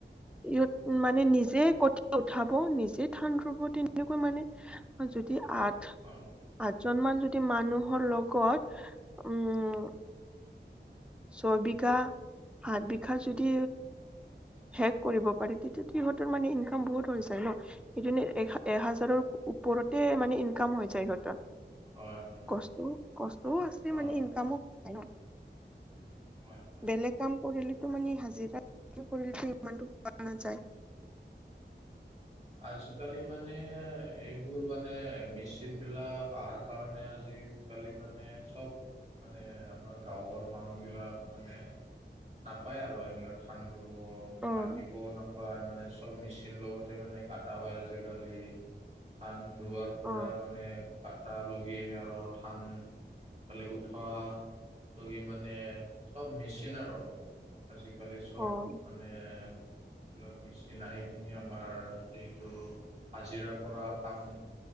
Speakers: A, in the centre; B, on the right.
A: ইয়ত মানে নিজে। কঠীয়া উঠাব নিজে ধান ৰুব তেনেকৈ মানে যদি আঠ।
B: অ'।
A: আঠজন মান যদি মানুহৰ লগত উম। ছয় বিঘা সাত বিঘা যদি শেষ কৰিব পাৰি তেতিয়াতো সিহঁতৰ মানে ইনকাম বহুত হৈ যায় ন। সেইটো এ এহাজাৰৰ ওপৰতে মানে ইনকাম হৈ যায় সিহঁতৰ।
B: অঁ হয় অ', অ', হয়
A: কষ্ট কষ্টও আছে
B: অঁ
A: মানে ইনকামো পায় ন।
B: হয়। হয়
A: বেলেগ কাম কৰিলেতো মানে হাজিৰা কৰিলেতো ইমানতো পোৱা নাযায়।
B: আজিকালি মানে এইবোৰ মানে মেচিনবিলাক অহাৰ কাৰণে আজি আজিকালি মানে চব মানে আমাৰ গাঁৱৰ মানুহবিলাক মানে নাপায় আৰু এনেকুৱা ধান ৰুব
A: উম
B: কাটিবও নাপায় মানে চব মেচিন লগতে মানে। কটা হয় আজিকালি ধান ৰোৱাৰ পৰা
A: অ
B: মানে। কাটা লগি আৰু ধান। ইফালে উঠোৱা লগি মানে চব মেচিন আৰু। আজিকালি চব
A: অ',
B: মানে এইবিলাক মেচিন আহি পিনি আমাৰ যিহেতু হাজিৰা কৰা কাম।